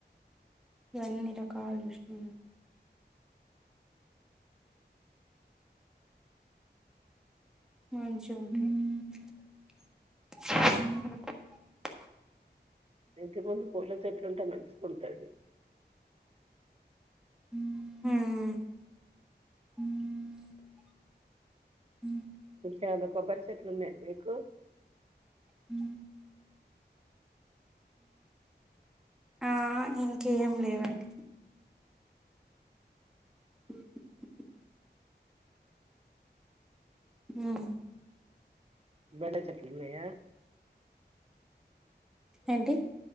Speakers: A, in the centre; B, on the right.
A: ఇవన్నీ రకాలు చూసిన <inaudible>
B: ఎంత మంది పొర్లు దండ తుంట మంచి ఉంటది
A: హ
B: చాలా కొబ్బరి చెట్లు ఉన్నాయి మీకు
A: హ ఆ ఇంకేం లేవండి <inaudible> హు
B: బెండ చెట్లు ఉన్నాయా
A: ఏంటి